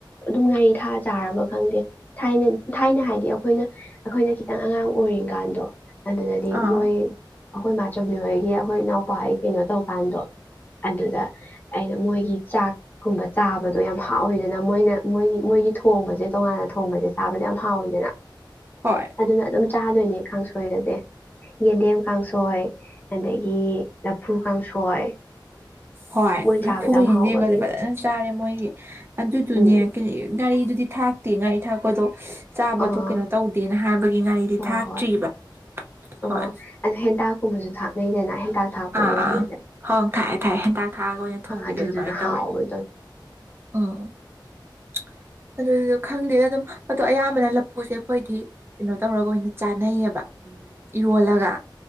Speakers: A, on the left (about 25°); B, on the right (about 30°).
A: ꯑꯗꯨꯝ ꯉꯔꯤ ꯊꯥ ꯆꯥꯔꯕ ꯈꯪꯗꯦ ꯊꯥꯏꯅ ꯊꯥꯏꯅ ꯍꯥꯏꯗꯤ ꯑꯩꯈꯣꯏꯅ ꯑꯩꯈꯣꯏꯅ ꯈꯤꯇꯪ ꯑꯉꯥꯡ ꯑꯣꯏꯔꯤꯀꯥꯟꯗꯣ ꯑꯗꯨꯅꯗꯤ
B: ꯑꯥ
A: ꯃꯣꯏ ꯑꯩꯈꯣꯏ ꯃꯥꯆꯝꯕꯤ ꯍꯣꯏꯒꯤ ꯑꯩꯈꯣꯏ ꯏꯅꯥꯎꯄꯥꯒꯤ ꯀꯩꯅꯣ ꯇꯧꯀꯥꯟꯗꯣ ꯑꯗꯨꯗ ꯑꯩꯅ ꯃꯣꯏꯒꯤ ꯆꯥꯛꯀꯨꯝꯕ ꯆꯥꯕꯗꯣ ꯌꯥꯝ ꯍꯥꯎꯋꯤꯗꯅ ꯃꯣꯏꯅ ꯃꯣꯏ ꯃꯣꯏꯒꯤ ꯊꯣꯡꯕꯁꯦ ꯇꯣꯉꯥꯟꯅ ꯊꯣꯡꯕꯁꯦ ꯆꯥꯕꯗ ꯌꯥꯝ ꯍꯥꯎꯋꯤꯗꯅ
B: ꯍꯣꯏ
A: ꯑꯗꯨꯅ ꯑꯗꯨꯝ ꯆꯥꯗꯣꯏꯅꯦ ꯀꯥꯡꯁꯣꯏꯒꯁꯦ ꯌꯦꯟꯗꯦꯝ ꯀꯥꯡꯁꯣꯏ ꯑꯗꯒꯤ ꯂꯐꯨ ꯀꯥꯡꯁꯣꯏ
B: ꯍꯣꯏ
A: ꯃꯣꯏ ꯆꯥꯕꯗ
B: ꯂꯐꯨꯒ
A: ꯌꯥꯝ
B: ꯌꯦꯦꯟꯗꯦꯝꯒꯗꯤ
A: ꯍꯥꯎꯕꯒꯤ
B: ꯐꯖꯅ ꯆꯥꯔꯦ ꯃꯣꯏꯒꯤ ꯑꯗꯨꯗꯨꯅꯦ
A: ꯎꯝ
B: ꯀꯩꯅ ꯒꯥꯔꯤꯗꯨ ꯗꯤ ꯊꯥꯛꯇꯦ ꯉꯥꯥꯏ ꯊꯥꯛꯄꯗꯣ ꯆꯥꯕꯗꯣ
A: ꯑꯥ
B: ꯀꯩꯅꯣ ꯇꯧꯗꯦꯅ ꯍꯥꯏꯕꯒꯤ ꯉꯥꯔꯤꯗꯤ
A: ꯍꯣꯏ
B: ꯊꯥꯛꯇ꯭ꯔꯤꯕ
A: ꯍꯣꯏ ꯑꯣ
B: ꯍꯣꯏ
A: ꯑꯗꯨꯗꯣ ꯍꯦꯟꯇꯥꯛꯀꯨꯝꯕꯁꯨ ꯊꯥꯛꯅꯩꯗꯅ ꯍꯦꯟꯇꯥꯛ ꯊꯥꯛꯄ꯭ꯔꯥ
B: ꯑꯥ
A: ꯅꯣꯏꯒꯤꯗꯨꯗ
B: ꯑꯥ ꯍꯣꯡ ꯊꯥꯏꯑꯦ ꯊꯥꯏ ꯍꯦꯟꯇꯥꯛ ꯊꯥꯛꯑꯒ ꯑꯣꯏꯅ ꯊꯣꯡꯕꯤꯗꯣ
A: ꯑꯗꯨꯗꯨꯅ
B: ꯑꯗꯨꯃꯥꯏꯅ
A: ꯍꯥꯎꯕꯗꯣ
B: ꯇꯧꯔꯦ ꯎꯝ ꯎꯝ <unintelligible> ꯑꯗꯨꯗꯨꯗ ꯈꯪꯗꯦꯗ ꯑꯗꯨꯝ ꯑꯗꯣ ꯑꯌꯥꯝꯕꯅ ꯂꯐꯨꯁꯦ ꯑꯩꯈꯣꯏꯗꯤ ꯀꯩꯅꯣ ꯇꯧꯔꯒ ꯑꯣꯏꯅ ꯆꯥꯅꯩꯌꯦꯕ ꯎꯝ ꯏꯔꯣꯜꯂꯒ